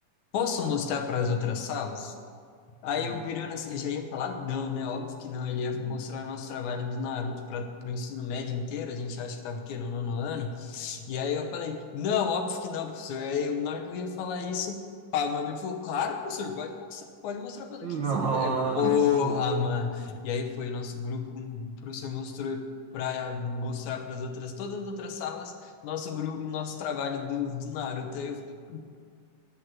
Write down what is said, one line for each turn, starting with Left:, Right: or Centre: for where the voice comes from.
Left: Posso mostrar para as outras salas? Aí
Right: Hum,
Left: eu virando assim, eu já ia falar, não, né? Óbvio que não. Ele ia
Right: hum.
Left: mostrar o nosso trabalho do Naruto para o ensino médio inteiro. A gente acha que estava o quê? No nono ano. E aí eu falei, não, óbvio que não, professor. Aí na hora que eu ia falar isso, pá, o meu amigo falou, claro, professor, pode mostrar, pode mostrar para quem
Right: Nossa!
Left: você quiser. Eu, porra, mano. E aí foi nosso grupo, o professor mostrou para mostrar para as outras, todas as outras salas, nosso grupo, nosso trabalho do, do Naruto. Aí eu fiquei, não